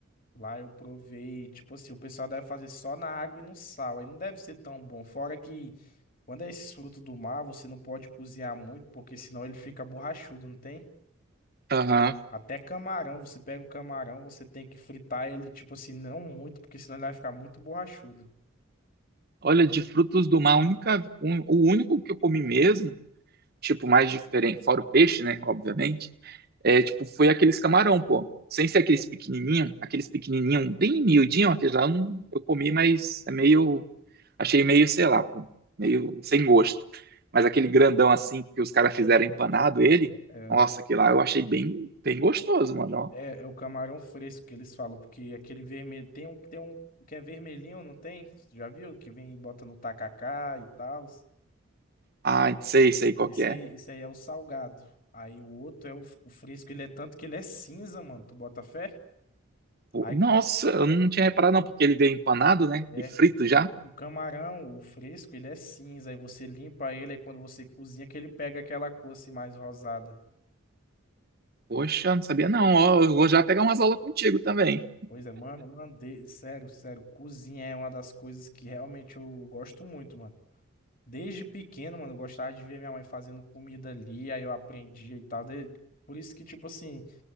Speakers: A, on the left; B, on the right.
A: lá eu provei, tipo assim, o pessoal deve fazer só na água e no sal. Aí não deve ser tão bom. Fora que quando é esses frutos do mar, você não pode cozinhar muito, porque senão ele fica borrachudo, não tem?
B: Aham.
A: Até camarão, você pega um camarão, você tem que fritar ele, tipo assim, não muito, porque senão ele vai ficar muito borrachudo.
B: Olha, de frutos do mar, a única, um- o único que eu comi mesmo tipo, mais diferente, fora o peixe, né, obviamente, é, tipo, foi aqueles camarão, pô. Sem ser aqueles pequenininho, aqueles pequenininho bem miudinho, aqueles lá eu não- eu comi, mas é meio, achei meio, sei lá, pô, meio sem gosto. Mas aquele grandão assim que os caras fizeram empanado ele,
A: É.
B: nossa, aquele lá eu achei bem, bem gostoso, mano. ó.
A: É, é o camarão fresco que eles falam, porque aquele vermelho tem um, tem um que é vermelhinho, não tem? Tu Já viu? Que vem e bota no tacacá e tal.
B: Ah, sei, sei qual
A: Esse
B: que é.
A: aí, esse aí é o salgado. Aí o outro é o, o fresco, ele é tanto que ele é cinza, mano. Tu bota fé?
B: Pô,
A: Aí
B: Nossa, eu não tinha reparado não, porque ele veio empanado, né,
A: é
B: e frito
A: o,
B: já.
A: o- o camarão, o fresco, ele é cinza. Aí você limpa ele, aí quando você cozinha que ele pega aquela cor assim mais rosada.
B: Poxa, não sabia não, ó, eu vou já pegar umas aulas contigo também.
A: Pois é, mano, mandei, sério, sério, cozinha é uma das coisas que realmente eu gosto muito, mano. Desde pequeno, mano, eu gostava de ver minha mãe fazendo comida ali, aí eu aprendia e tal. daí- Por isso que, tipo assim,